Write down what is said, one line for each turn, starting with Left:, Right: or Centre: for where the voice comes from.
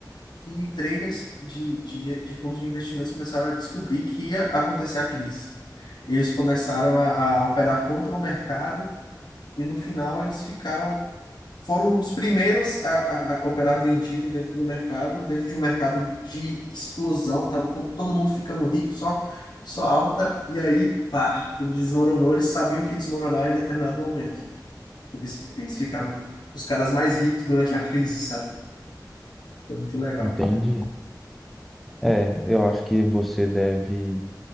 Left: que traders de, de, de fundos de investimentos começaram a descobrir que ia acontecer a crise. E eles começaram a, a operar contra o mercado e no final eles ficaram, foram os primeiros a, a operar vendido dentro do mercado, dentro de um mercado de explosão, tava com todo mundo ficando rico, só, só alta, e aí, pá, tudo desmoronou, eles sabiam que ia desmoronar em um determinado momento. Eles, eles ficaram os caras mais ricos durante a crise, sabe? Foi muito legal.
Centre: Entende? É, eu acho que você deve